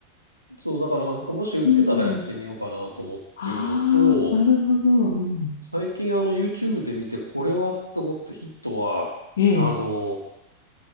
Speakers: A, on the left; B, on the left.
A: そう、だからなんかもし売ってたらやってみようかなと思ってるのと、
B: うん。ああ、なるほど。うん、
A: 最近あの YouTube で見てこれはと思ったヒットは、
B: ええ、
A: あの、